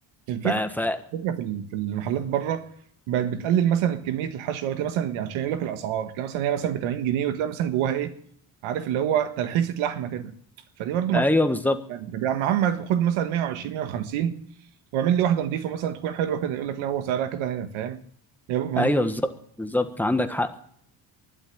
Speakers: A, on the right; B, in the centre.
A: الفكره
B: ف... ف...
A: الفكره في ال- في المحلات بره بقت بتقلل مثلا كميه الحشوه وتلاقي مثلا عشان يقول لك الاسعار تلاقي مثلا هي مثلا ب 80 جنيه وتلاقي مثلا جواها ايه عارف اللي هو تلحيسه لحمه كده فدي برضو ما
B: ايوه بالظبط
A: يعني طب يا عم عم خد مثلا 120 150 واعمل لي واحده نظيفه مثلا تكون حلوه كده يقول لك لا هو سعرها كده هنا فاهم يا بابا
B: ايوه
A: هم
B: بالظبط بالظبط عندك حق